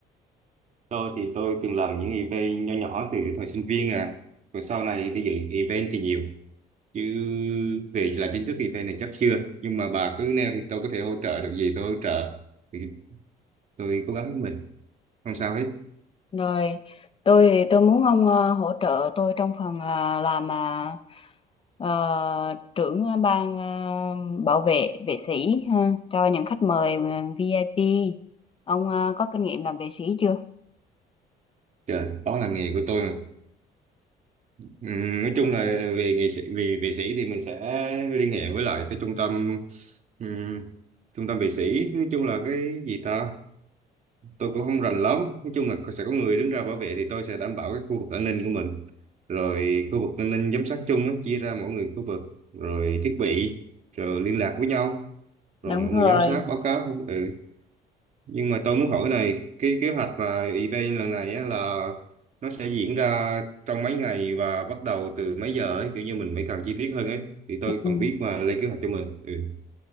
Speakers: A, on the right; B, on the left.
A: tôi thì tôi từng làm những event nhỏ nhỏ từ thời sinh viên à rồi sau này đi dự event thì nhiều chứ về làm chính thức event này chắc chưa nhưng mà bà cứ nêu thì tôi có thể hỗ trợ được gì tôi hỗ trợ thì tôi cố gắng hết mình không sao hết
B: Rồi tôi thì tôi muốn ông ờ, hỗ trợ tôi trong phần ờ, làm ờ, ờ, trưởng ban ờ, bảo vệ vệ sĩ ha, cho những khách mời ờ, VIP. Ông ờ, có kinh nghiệm làm vệ sĩ chưa?
A: Trời, đó là nghề của tôi mà. Ừm, nói chung là về nghệ sĩ về vệ sĩ thì mình sẽ liên hệ với lại cái trung tâm ừm, trung tâm vệ sĩ nói chung là cái gì ta tôi cũng không rành lắm nói chung là có- sẽ có người đứng ra bảo vệ thì tôi sẽ đảm bảo cái khu vực an ninh của mình rồi khu vực an ninh giám sát chung á, chia ra mỗi người khu vực rồi thiết bị rồi liên lạc với nhau
B: Đúng
A: rồi mọi
B: rồi.
A: người giám sát báo cáo ừ, Nhưng mà tôi muốn hỏi này, cái kế hoạch mà event lần này á là nó sẽ diễn ra trong mấy ngày và bắt đầu từ mấy giờ ấy, kiểu như mình phải càng chi tiết hơn ấy, thì tôi
B: Ừ.
A: còn biết mà lên kế hoạch cho mình. Ừ.